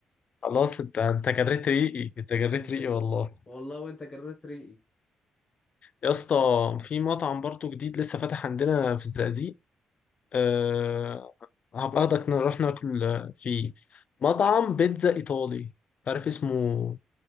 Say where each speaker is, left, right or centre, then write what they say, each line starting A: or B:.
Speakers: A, on the left (about 50°); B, on the left (about 25°).
A: خلاص انت انت جريت ريقي انت جريت
B: انت
A: ريقي والله
B: والله وانت جريت ريقي
A: يا اسطى في مطعم برضو جديد لسه فاتح عندنا في الزقازيق أه... هبقى اخدك نروح ناكل فيه مطعم بيتزا ايطالي عارف اسمه